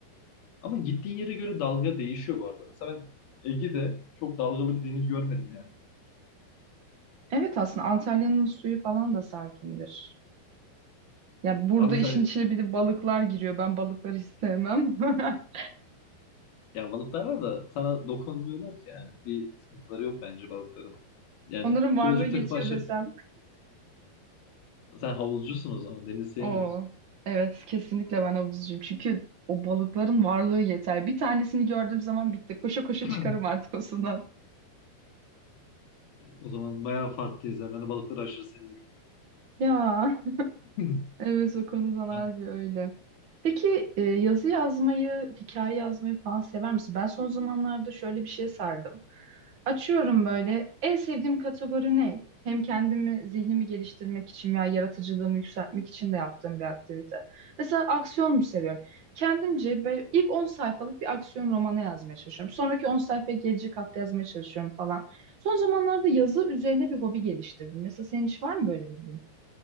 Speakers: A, on the left; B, on the right.
A: Ama gittiğin yere göre dalga değişiyor bu arada. Mesela ben Ege'de çok dalgalı bir deniz görmedim yani.
B: Evet aslında Antalya'nın suyu falan da sakindir. Ya burada
A: Ama mesela
B: işin içine bir de balıklar giriyor. Ben balıkları hiç sevmem. <laughs>
A: Ya balıklar var da sana dokunmuyorlar ki yani. Bir sıkıntıları yok bence balıkların. Yani
B: Onların varlığı
A: gözlük
B: yetiyor
A: takıp aşağı...
B: desem.
A: Sen havuzcusun o zaman. Denizi sevmiyorsun.
B: Oo, evet kesinlikle ben havuzcuyum. Çünkü o balıkların varlığı yeter. Bir tanesini gördüğüm zaman bitti. Koşa koşa
A: <clears throat>
B: çıkarım artık o sudan.
A: O zaman bayağı farklıyız. ya. Ben de balıkları aşırı seviyorum.
B: Ya. <laughs>
A: <clears throat>
B: Evet o konudan harbi
A: Yani
B: öyle. Peki e, yazı yazmayı, hikaye yazmayı falan sever misin? Ben son zamanlarda şöyle bir şeye sardım. Açıyorum böyle. En sevdiğim kategori ne? Hem kendimi, zihnimi geliştirmek için veya yaratıcılığımı yükseltmek için de yaptığım bir aktivite. Mesela aksiyon mu seviyorum? Kendimce be- ilk 10 sayfalık bir aksiyon romanı yazmaya çalışıyorum. Sonraki 10 sayfayı gelecek hafta yazmaya çalışıyorum falan. Son zamanlarda yazı üzerine bir hobi geliştirdim. Mesela senin hiç var mı böyle bildiğin?